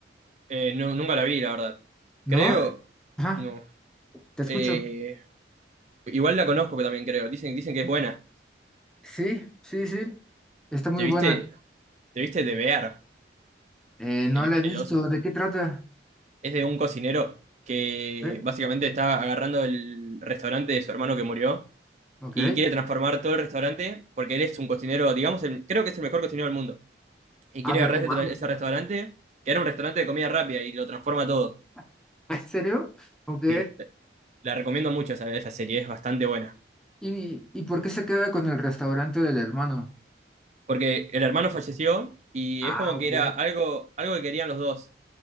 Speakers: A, on the right (about 40°); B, in the centre.
A: Eh, no- nunca la vi, la verdad.
B: No,
A: Creo,
B: ajá,
A: no.
B: te escucho.
A: Eh, igual la conozco que también creo. Dicen, dicen que es buena.
B: Sí, sí, sí, está muy
A: ¿Te viste,
B: buena.
A: te viste de Bear,
B: Eh, no
A: el,
B: la he visto.
A: el oso?
B: ¿De qué trata?
A: Es de un cocinero que
B: ¿Eh?
A: básicamente está agarrando el restaurante de su hermano que murió
B: Ok.
A: y quiere transformar todo el restaurante porque él es un cocinero, digamos, el- creo que es el mejor cocinero del mundo. Y
B: Ah,
A: quiere
B: pero,
A: agarrar
B: wow,
A: ese, tra- ese restaurante, que era un restaurante de comida rápida y lo transforma todo.
B: <laughs> ¿en serio? Ok.
A: Sí. La recomiendo mucho esa, esa serie, es bastante buena.
B: ¿Y, y por qué se queda con el restaurante del hermano?
A: Porque el hermano falleció y
B: Ah,
A: es como
B: ok.
A: que era algo, algo que querían los dos.